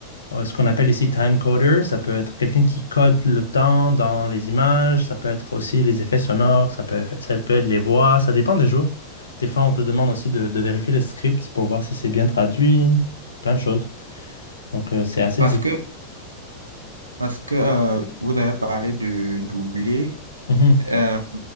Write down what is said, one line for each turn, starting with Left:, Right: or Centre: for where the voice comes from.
Left: euh, ce qu'on appelle ici time coder. Ça peut être quelqu'un qui code le temps dans les images. Ça peut être aussi les effets sonores. Ça peut, eff- ça peut être les voix. Ça dépend des jours. Des fois, on te demande aussi de, de vérifier les scripts pour voir si c'est bien traduit. Plein de choses. Donc, euh, c'est assez
Right: Parce
Left: difficile.
Right: que, parce que euh, vous avez parlé de doubler.
Left: Mhm,
Right: euh,